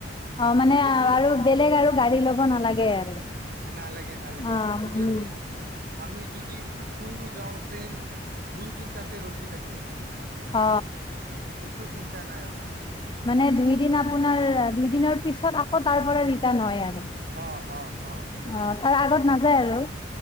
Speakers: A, on the left; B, on the right.
A: অ মানে
B: যদি
A: আৰু
B: আমি
A: বেলেগ আৰু গাড়ী ল'ব নালাগে আৰু।
B: নালাগে নালাগে
A: অ
B: যদি
A: উম
B: আমি আমি যদি শুই শুই যাওঁ ট্ৰেইন দুইদিন তাতে ৰখি থাকে।
A: অ।
B: একো চিন্তা নাই আমাৰ।
A: মানে দুইদিন আপোনাৰ দুই দিনৰ পিছত আকৌ তাৰ পৰা ৰিটাৰ্ণ হয় আৰু।
B: অ অ। অ।
A: অ তাৰ আগত
B: উম
A: নাযায় আৰু।